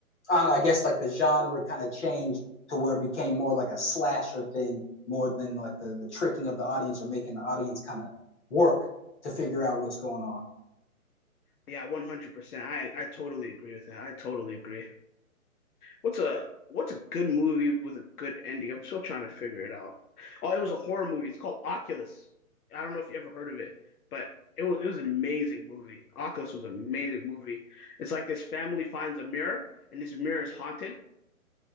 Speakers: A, on the left; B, on the left.
A: I don't know, I guess like the genre kind of changed to where it became more like a slasher thing more than like the, the tricking of the audience or making the audience kind of work to figure out what's going on.
B: yeah, one hundred percent. I I totally agree with that. I totally agree. What's a what's a good movie with a good ending? I'm still trying to figure it out. Oh, it was a horror movie. It's called Oculus. I don't know if you ever heard of it, but it was it was an amazing movie. Oculus was an amazing movie. It's like this family finds a mirror, and this mirror is haunted,